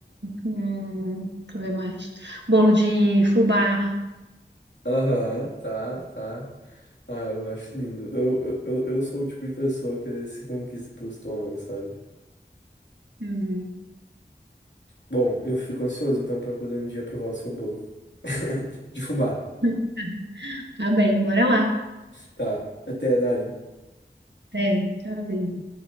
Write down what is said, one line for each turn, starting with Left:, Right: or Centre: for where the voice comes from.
Right: Hum, deixa eu ver mais. Bolo de fubá.
Left: Aham, tá, tá. Ah, eu acho lindo. Eu, eu, eu eu sou o tipo de pessoa que às vezes se conquista pelo estômago, sabe?
Right: Uhum.
Left: Bom, eu fico ansioso então pra poder um dia provar o seu bolo. <laughs> De fubá.
Right: <laughs> Tá bem, bora lá.
Left: Tá. Até, Dari.
Right: até tchauzinho.